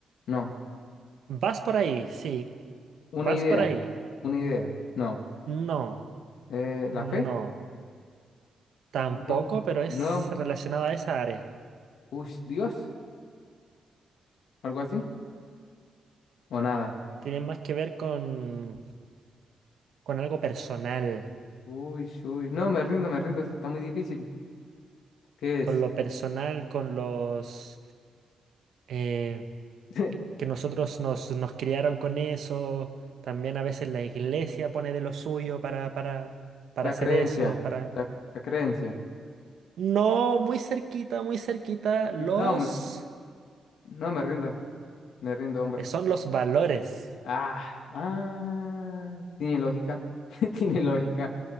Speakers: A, on the left; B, on the right.
A: No.
B: Vas por ahí, sí.
A: Una
B: Vas
A: idea,
B: por ahí.
A: una idea. No.
B: No,
A: Eh,
B: no.
A: ¿la fe?
B: Tampoco,
A: No.
B: pero es
A: No.
B: relacionado a esa área.
A: Uy, Dios, algo así. O nada.
B: Tiene más que ver con, con algo personal.
A: Uy, uy. No, me rindo, me rindo. Está muy difícil. ¿Qué es?
B: Con lo personal, con los... eh,
A: <laughs>
B: que nosotros nos, nos criaron con eso. También a veces la iglesia pone de lo suyo para, para, para
A: La
B: hacer
A: creencia,
B: eso, para...
A: la, la creencia.
B: No, muy cerquita, muy cerquita. Los...
A: No, me, no me rindo, me rindo, hombre.
B: eh, Son los valores.
A: Ah, ah. Tiene lógica, <laughs> tiene lógica.